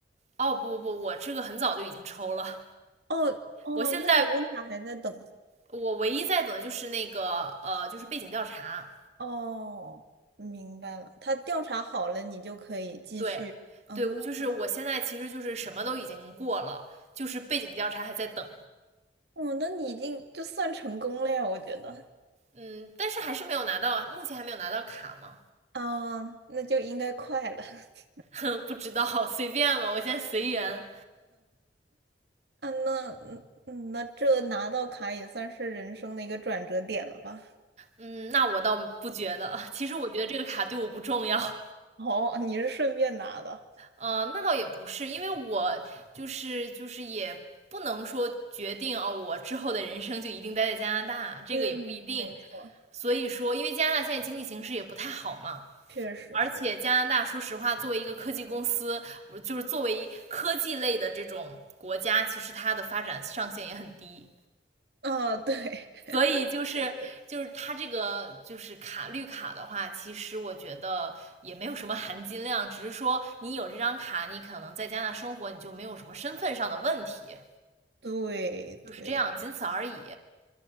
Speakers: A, on the right (about 40°); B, on the right (about 70°).
A: 哦不不不，我这个很早就已经抽了，
B: 哦哦，
A: 我现在
B: 那你为啥还在等呢
A: 我唯一在等的就是那个呃就是背景调查，
B: 哦，明白了。他调查好了，你就可以继续。
A: 对，
B: 哦，
A: 对，就是我现在其实就是什么都已经过了，就是背景调查还在等。
B: 哦，那你已经就算成功了呀，我觉得。
A: 嗯，但是还是没有拿到，目前还没有拿到卡嘛，
B: 啊，那就应该快了。<laughs>
A: 嗯不知道，<laughs> 随便吧，我现在随缘。
B: 嗯，那嗯那这拿到卡也算是人生的一个转折点了吧？
A: 嗯，那我倒不觉得，其实我觉得这个卡对我不重要。嗯
B: <laughs> 哦，你是顺便拿的。
A: 呃，那倒也不是，因为我就是就是也不能说决定啊哦，我之后的人生就一定待在加拿大，这个也不一定。
B: 嗯，没错，
A: 所以说，因为加拿大现在经济形势也不太好嘛，
B: 确实是。
A: 而且加拿大，说实话，作为一个科技公司，就是作为科技类的这种国家，其实它的发展上限也很低。
B: 啊，对，
A: 所以就是就是它这个就是卡绿卡的话，
B: <laughs> 对的，
A: 其实我觉得也没有什么含金量，只是说你有这张卡，你可能在加拿大生活，你就没有什么身份上的问题，
B: 对对，
A: 就是这样，仅此而已。